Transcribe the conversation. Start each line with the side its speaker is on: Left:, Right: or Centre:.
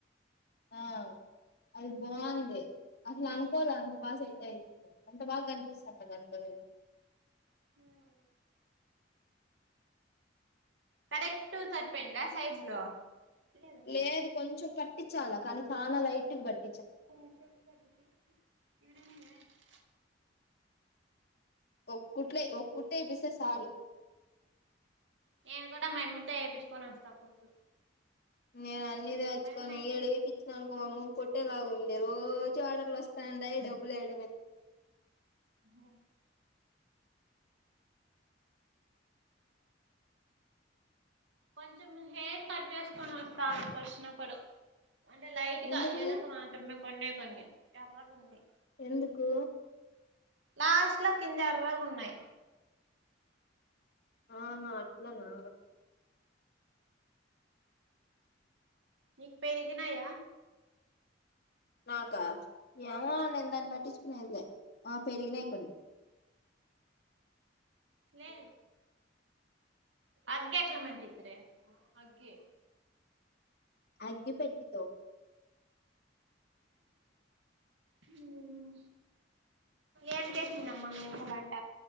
Left: ఆ అది బాగుంది అసలు అనుకోల అంత బాగా సెట్ అయి ఎంత బాగా కనిపిస్తాందో దాంటో నేను
Right: <inaudible> కరెక్ట్ సరిపోయిందా సైజ్ లో లేదు
Left: లేదు కొంచెం పట్టించాల కానీ చాలా లైట్ బట్
Right: <inaudible> <unintelligible>
Left: ఒక్కుట్లే ఒకుట్టేపిస్తే సాలు
Right: నేను కూడా మాయమ్మతో ఏపీచుకొని వస్తా కుట్లు
Left: నేను అన్ని దాచుకొని
Right: నాకు మా యమ్మ అయితే
Left: ఈడ ఏపి వనుకో మమ్మ కోట్టేలాగా ఉంది రోజు ఆర్డర్లు వస్తండై డబ్బుల్యాడివి
Right: హ కొంచెం హెయిర్ కట్ చేసుకుని వస్తా ఆడ కొచ్చినప్పుడు అంటే లైట్
Left: ఎందుకు
Right: గా ఎనక మాత్రమే కొన్నే కొన్ని ఎర్రగున్నై
Left: ఎందుకు
Right: లాస్ట్లో కింద ఏర్రాగున్నయి
Left: ఆహా అట్లనా
Right: నీకు పేరిగినయ
Left: నాకా ఏమో నేను దాన్ని పట్టించుకునేదిలే ఆ పెరిగినాయి కొన్ని
Right: నే అగ్గెట్ల మండిత్తరే అగ్గే
Left: అగ్గిపెట్టి తో
Right: హమ్ ఏం చేసిందమ్మ మీ అమ్మ వంట